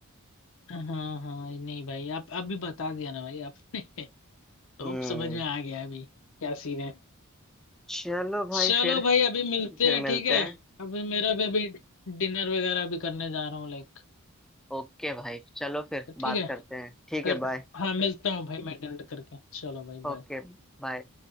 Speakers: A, on the left; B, in the centre.
A: हाँ हाँ नहीं भाई आप अभी बता दिया ना भाई आपने <laughs> तो
B: हम्म
A: अब समझ में आ गया अभी क्या सीन है
B: चलो भाई
A: चलो
B: फिर
A: भाई अभी मिलते
B: फिर
A: हैं
B: मिलते
A: ठीक है
B: हैं
A: अभी मेरा भी अभी डिनर वगैरह भी करने जा रहा हूँ लाइक
B: ओके भाई चलो फिर
A: तो ठीक
B: बात
A: है
B: करते हैं ठीक
A: करता
B: है बाय
A: हाँ मिलता हूँ भाई मैं अटेंड करके चलो भाई
B: Okay
A: बाय
B: bye